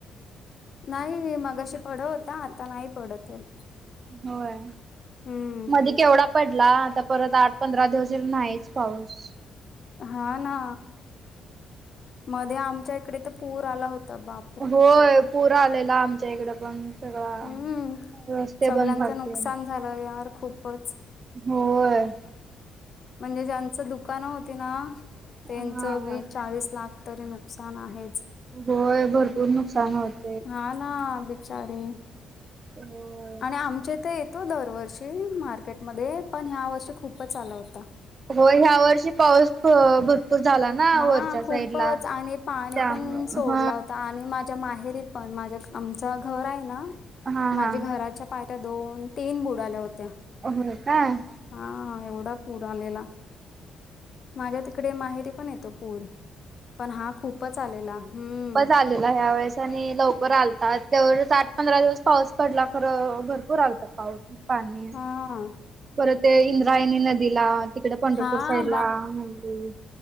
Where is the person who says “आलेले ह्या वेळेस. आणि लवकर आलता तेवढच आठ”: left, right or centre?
Right